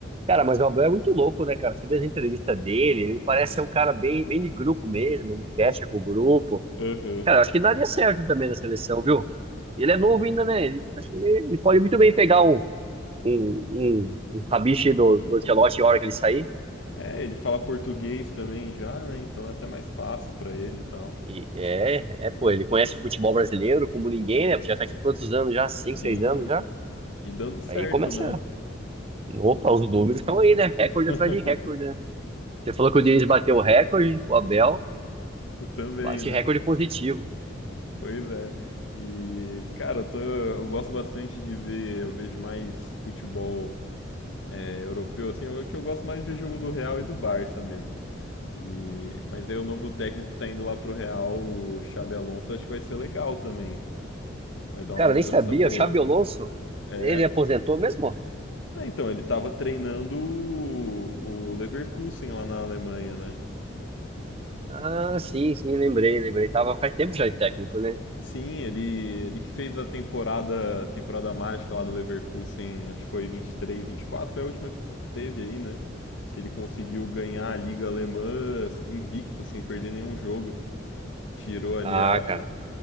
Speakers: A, on the right; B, on the left.
A: Cara, mas o Abel é muito louco, né, cara? Você vê as entrevistas dele, ele parece ser um cara bem, bem de grupo mesmo, ele fecha com o grupo.
B: Aham.
A: Cara, acho que daria certo também na seleção, viu? Ele é novo ainda, né? Ele- acho que ele, ele pode muito bem pegar um, um, um, um rabicho do, do Ancelotti a hora que ele sair.
B: É, ele fala português também já, né? Então é até mais fácil pra ele e tal.
A: E é, é, pô, ele conhece o futebol brasileiro como ninguém, né? Já tá aqui quantos anos já? Cinco,
B: Sim,
A: seis anos já?
B: e dando certo,
A: Aí começa.
B: né?
A: Opa, os números estão aí, né? Recorde
B: <laughs>
A: atrás de recorde, né? Você falou que
B: Pois
A: o Diniz
B: é,
A: bateu o recorde, o Abel
B: também,
A: bate
B: né?
A: recorde positivo.
B: Pois é. E, cara, eu, tô, eu gosto bastante de ver, eu vejo mais futebol é, europeu, assim, eu- que eu gosto mais de ver jogo do Real e do Barça mesmo. E... Mas aí o novo técnico que tá indo lá pro Real, o Xabi Alonso, acho que vai ser legal também. Vai dar
A: Cara,
B: uma mudança
A: nem sabia.
B: boa.
A: O Xabi Alonso,
B: É.
A: ele aposentou mesmo?
B: Ah, então, ele tava treinando o, o Leverkusen lá na Alemanha, né?
A: Ah, sim, sim, lembrei, lembrei. Tava faz tempo já de técnico, né?
B: Sim, ele, ele que fez a temporada, temporada mágica lá do Leverkusen, acho que foi vinte vinte e três, vinte e quatro, foi a última que teve aí, né? Que ele conseguiu ganhar a Liga Alemã assim, invicto, sem perder nenhum jogo. Tirou ali
A: Ah,
B: a,
A: cara.